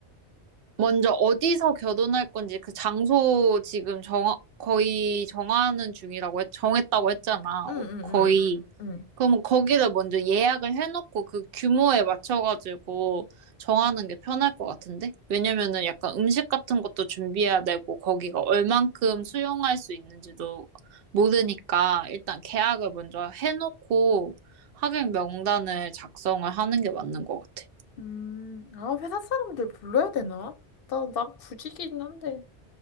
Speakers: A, on the right; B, on the left.
A: 먼저 어디서 결혼할 건지 그 장소 지금 정, 거의 정하는 중이라고, 했, 정했다고 했잖아.
B: 응,
A: 어,
B: 응, 응,
A: 거의.
B: 응. 응.
A: 그럼 거기를 먼저 예약을 해놓고 그 규모에 맞춰가지고 정하는 게 편할 것 같은데? 왜냐면은 약간 음식 같은 것도 준비해야 되고 거기가 얼만큼 수용할 수 있는지도 모르니까 일단 계약을 먼저 해놓고 하객 명단을 작성을 하는 게 맞는 것 같아.
B: 음, 아, 회사 사람들 불러야 되나? 나, 난 굳이긴 한데.